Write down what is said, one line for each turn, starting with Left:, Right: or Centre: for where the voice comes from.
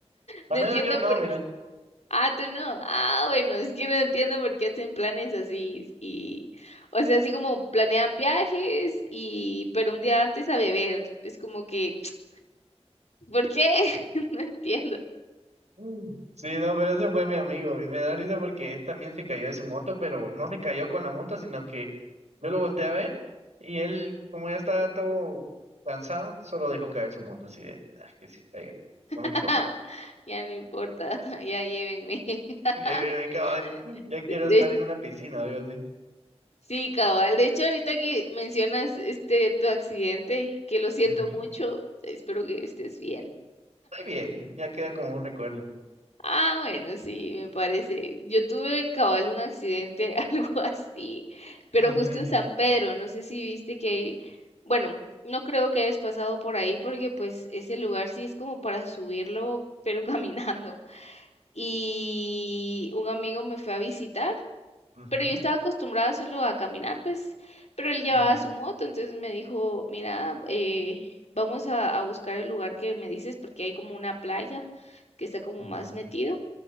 Right: Al
Left: No
Right: menos
Left: entiendo
Right: yo no,
Left: por
Right: mira.
Left: Ah, tú no. Ah, bueno, es que no entiendo por qué hacen planes así y, o sea, así como planean viajes y, pero un día antes a beber. Es como que, <tsk> ¿por qué? <laughs> No entiendo.
Right: Mm. Sí, no, pero ese fue mi amigo y me da risa porque él también se cayó de su moto, pero no se cayó con la moto, sino que yo lo volteé a ver y él, como ya estaba todo cansado, solo dejó caer su moto así de, "Ah, que se caiga, no
Left: <laughs>
Right: me importa.
Left: Ya no importa, <laughs> ya llévenme. <laughs>
Right: <laughs> Lléveme, caballo, ya quiero
Left: De- de-
Right: estar en una piscina, o algo así.
Left: sí, cabal. De hecho, ahorita que mencionas este tu accidente, que lo siento
Right: Ujú.
Left: mucho, espero que estés bien.
Right: Muy bien, ya queda como un recuerdo.
Left: Ah, bueno, sí, me parece. Yo tuve cabal un accidente, <laughs> algo así, pero
Right: Mm,
Left: justo
Right: Sí.
Left: en San Pedro, no sé si viste que hay, bueno, no creo que hayas pasado por ahí porque pues ese lugar sí es como para subirlo, pero <laughs> caminando. Y un amigo me fue a visitar,
Right: Ujú,
Left: pero yo estaba acostumbrada solo a caminar, pues, pero él llevaba
Right: ujú,
Left: su moto, entonces me dijo, mira, eh, vamos a, a buscar el lugar que me dices porque hay como una playa que está como
Right: ujú,
Left: más metido